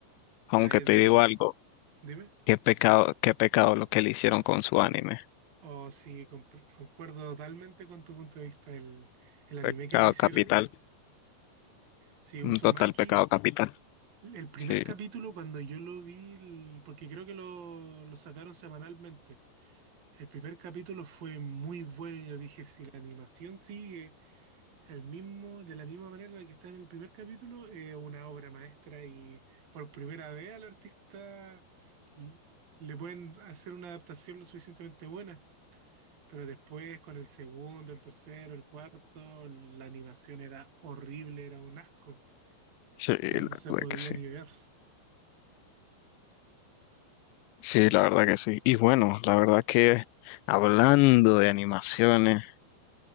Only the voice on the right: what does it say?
Ya es
de...
Dime.
O si comp- concuerdo totalmente con tu punto de vista, el, el anime
que le hicieron.
Si Uzumaki,
el primer
capítulo cuando yo lo vi, el- porque creo que lo, lo sacaron semanalmente. El primer capítulo fue muy bueno y yo dije, si la animación sigue al mismo, de la misma manera en la que está en el primer capítulo, es una obra maestra y por primera vez al artista l- le pueden hacer una adaptación lo suficientemente buena, pero después con el segundo, el tercero, el cuarto, la animación era horrible, era un asco,
no, no se
podía
ni ver.